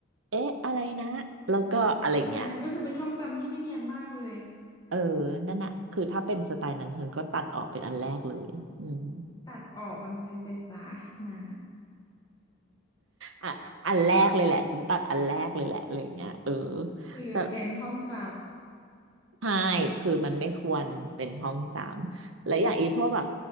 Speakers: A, on the right; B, on the left.
A: เอ๊ะอะไรนะแล้วก็อะไรเงี้ย
B: แบบนั้นก็คือเป็นท่องจำที่ไม่เนียนมากเลย
A: เออนั่นน่ะคือถ้าเป็นสไตล์นั้นฉันก็ตัดออกเป็นอันแรกเลยอืม
B: ตัดออกมันจะไปซะนะ
A: อ่ะอันแรกเลยแหละฉันตัดอันแรกเลยแหละอะไรอย่างเงี้ยเออ
B: คือแกงท่องจ
A: แต่ ใช่คือมันไม่ควรเป็นห้องจำและอย่างอีพวกแบบ